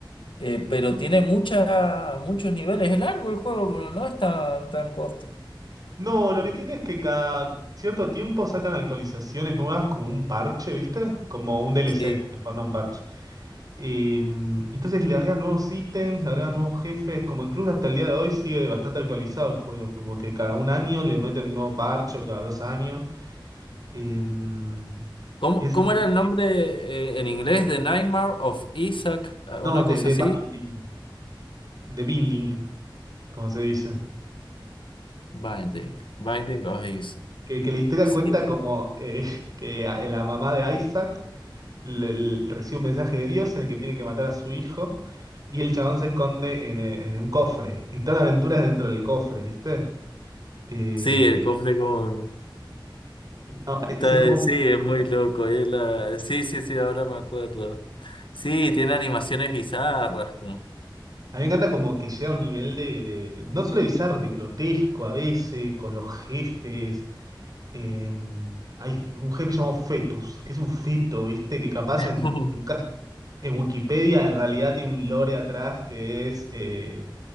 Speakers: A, on the left; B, on the right.
A: eh, pero tiene mucha, muchos niveles, es largo el juego, pero no es tan, tan corto.
B: No, lo que tiene es que cada cierto tiempo sacan actualizaciones nuevas como un parche, ¿viste? Como un DLC,
A: Sí.
B: mejor no un parche. Y, mm, entonces le agregan nuevos ítems, le agregan nuevos jefes, como incluso hasta el día de hoy sigue bastante actualizado el juego, como que cada un año le meten un nuevo parche o cada dos años. Eh, mm,
A: ¿Cómo,
B: y es-
A: cómo era el nombre eh, en inglés? The Nightmare of Isaac, eh,
B: no,
A: una
B: de,
A: cosa
B: de
A: así.
B: binding, de binding, como se dice.
A: Binding, Binding of Isaac.
B: Que, que la historia
A: Sí,
B: cuenta como eh, <laughs> que a- la mamá de Isaac le- le- recibe un mensaje de Dios en el que tiene que matar a su hijo y el chabón se esconde en, eh, en un cofre. Y toda la aventura es dentro del cofre, ¿viste? Eh,
A: sí, el cofre con...
B: y no, e-
A: Está-
B: ese juego
A: Sí, es
B: me
A: muy
B: encanta.
A: loco. es la- Sí, sí, sí, ahora me acuerdo. Sí, tiene animaciones bizarras. como-
B: a mí me encanta como que llega a un nivel de, de- de- no solo bizarro, de grotesco a veces, con los jefes, Eh, hay un jefe llamado Fetus, que es un feto, ¿viste? Que capaz
A: <laughs>
B: en, en cas- en Wikipedia en realidad tiene un lore atrás que es, eh,